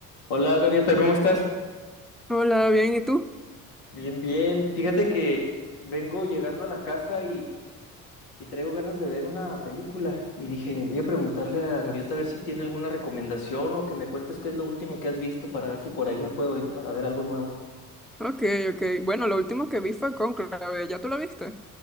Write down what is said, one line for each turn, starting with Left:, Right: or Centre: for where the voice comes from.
Left: Hola Gaviota, ¿cómo estás?
Centre: Hola, bien, ¿y tú?
Left: Bien, bien. Fíjate que vengo llegando a la casa y, y traigo ganas de ver una película. Y dije, voy a preguntarle a Gaviota a ver si tiene alguna recomendación o que me cuentes qué es lo último que has visto para ver si por ahí me puedo ir para ver algo nuevo.
Centre: Ok, ok. Bueno, lo último que vi fue Cónclave, ¿ya tú lo viste?